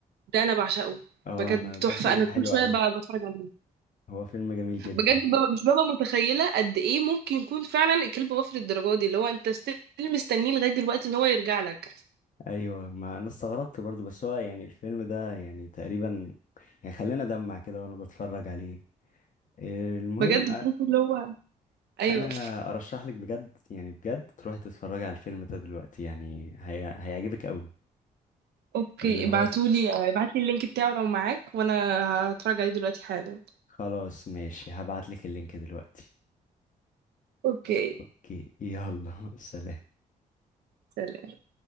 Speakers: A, on the right; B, on the left.
A: ده انا بعشقه
B: اه
A: بجد
B: انا ده
A: تحفه
B: فيلم
A: انا
B: حلو
A: كل شويه
B: قوي
A: ب- بتفرج عليه
B: هو فيلم جميل جدا
A: بجد ببقى مش ببقى متخيله قد ايه ممكن يكون فعلا الكلب وافي للدرجه دي اللي هو انت ستيل مستنيه لغايه دلوقتي ان هو يرجع لك
B: ايوه ما انا استغربت برضو بس هو يعني الفيلم ده يعني تقريبا يعني خلينا دمع كده وانا بتفرج عليه المهم
A: بجد
B: أ-
A: بحس اللي هو ايوه
B: انا ارشح لك بجد يعني بجد تروحي تتفرجي على الفيلم ده دلوقتي يعني هي... هيعجبك قوي
A: اوكي
B: اللي هو
A: ابعتولي
B: ز-
A: ابعتلي اللينك بتاعه لو معاك وانا هتفرج عليه دلوقتي حالا
B: خلاص ماشي هبعت لك اللينك دلوقتي
A: اوكي
B: اوكي يلا <laughs> سلام
A: سلام